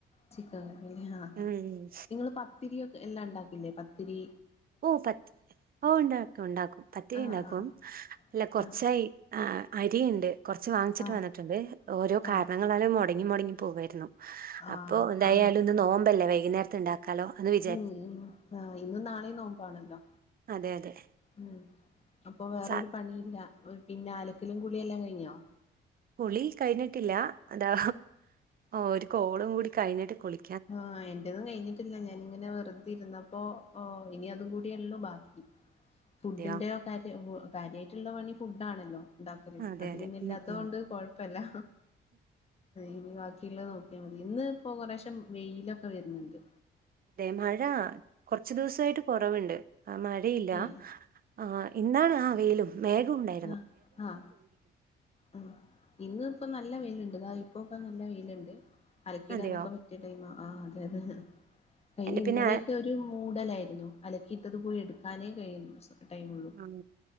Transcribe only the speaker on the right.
ഉം
ഓഹ് പത്ത് ഓഹ് ഇണ്ടാക്കും ഇണ്ടാക്കും പത്തിരി
ഇണ്ടാക്കും
അല്ല കൊർച്ചായി
ആഹ് അരിയ്ണ്ട് കാെർച്ച് വാങ്ങ്ച്ചിട്ട്
വന്നിട്ട്ണ്ട് ഓരോ കാര്ണങ്ങളാലും
മാെടെങ്ങി മാെടെങ്ങി പോകായ്ര്ന്നു അപ്പൊ
എന്തായാലും
ഇന്ന് നോമ്പല്ലേ വൈക്ന്നേര്ത്ത് ഇണ്ടാക്കാലോ അന്ന് വി
അതെ അതെ
സ
കുളി കയ്ഞ്ഞ്ട്ടില്ലാ അതാ ഒര് കോളും കൂടി കഴ്ഞ്ഞ്ട്ട് കുളി
അതെയോ
അതെ
അതെ
ഉം ഉം
തെ മഴാ കാെറെച്ച് ദിവ്സായിട്ട് കാെറെവ്ണ്ട് ആഹ് മഴയില്ലാ
ആഹ് ഇന്നാണ് ആഹ് വെയ്ലും മേഘവുണ്ടായ്
അതെയോ
എന്റെ പിന്നെ
ഉം